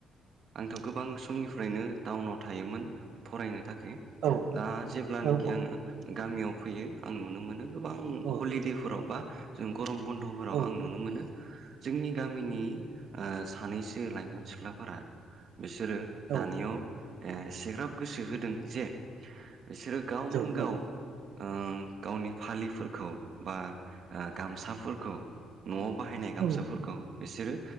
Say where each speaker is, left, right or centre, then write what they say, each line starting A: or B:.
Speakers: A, on the right; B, on the right.
A: आंथ' गोबां समनिफ्रायनो टाउनाव थायोमोन फरायनो थाखाय
B: औ
A: दा जेब्लानाखि
B: औ
A: आङो गामियाव फैयो आं नुनो मोनो गोबां
B: औ
A: हलिदेफोराव बा जों गरम बन्द'फोराव
B: औ
A: आं नुनो मोनो जोंनि गामिनि सानैसो लाइमोन सिख्लाफोरा बिसोरो
B: औ
A: दानायाव एसेग्राब गोसो होदों जे बिसोरो गावनो
B: जौ नंगौ
A: गाव ओ गावनि फालिफोरखौ बा गामसाफोरखौ न'वाव बाहायनाय गामसाफोरखौ
B: औ
A: बिसोरो